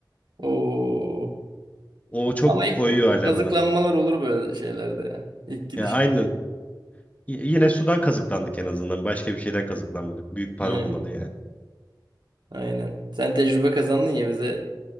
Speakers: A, on the right; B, on the left.
A: Oo.
B: O çok
A: Ama ilk
B: koyuyor hala
A: kazıklanmalar
B: bana.
A: olur böyle şeylerde ya. İlk gidişte.
B: Ya aynen. Y- Yine sudan kazıklandık en azından. Başka bir şeyden kazıklanmadık. Büyük para
A: Aynen.
B: olmadı yani.
A: Aynen. Sen tecrübe kazandın ya bize